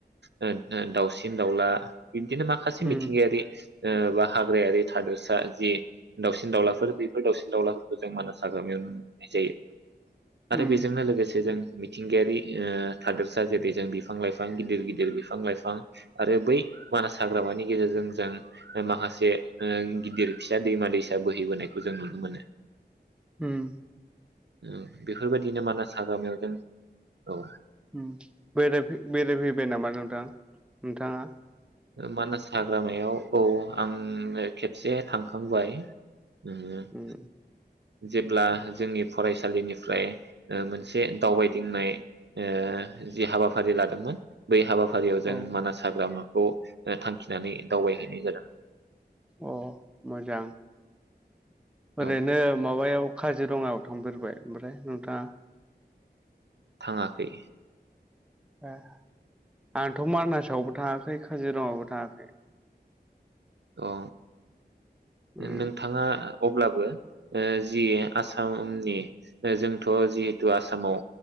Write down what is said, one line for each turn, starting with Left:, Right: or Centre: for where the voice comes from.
Right: ओ दाउसिन दाउला बिब्दिनो माखासे
Centre: उम
Right: मिथिंगायारि ओ बा हाग्रायारि थादोरसा जि दाउसिन दाउलाफोर बेफोर दावउसिन दाउलाफोरखौ जों मानास हाग्रामायाव नुनो मोननाय जायो। आरो
Centre: उम
Right: बेजोंनो लोगोसे जों मिथिंगायारि ओ थादोरसा जेरै जों बिफां लाइफां गिदिर गिदिर बिफां लाइफां आरो बै मानास हाग्रामानि गेजेरजों जों ओ माखासे ओ गिदिर फिसा दैमा दैसा बोहैबोनायखौ जों नुनो मोनो।
Centre: हम
Right: औ बेफोरबायदिनो मानास हाग्रामायाव जों औ
Centre: उम बेराय फै बेराय फैबाय नामा नोंथां। नोंथाङा
Right: मानास हाग्रामायाव औ आं खेबसे थांखांबाय। <unintelligible>
Centre: उम
Right: जेब्ला जोंनि फरायसालिनिफ्राय ओ मोनसे दावबायदिंनाय ओ जि हाबाफारि लादोंमोन बे हाबाफा फारियाव जों
Centre: अ
Right: मानास हाग्रामा खौ थांखिनानै दावबायहैनाय जादों।
Centre: अ मोजां। ओरैनो
Right: औ
Centre: माबायाव काजिरङायाव थांफेरबाय ओमफ्राय नोंथाङा?
Right: थाङाखै
Centre: ए आंथ मानासआवबो थाङाखै काजिरङायावबो थाङाखै।
Right: अ
Centre: उम
Right: नोंथाङा अब्लाबो ओ जि आसामनि जोंथ जिहेथु आसामाव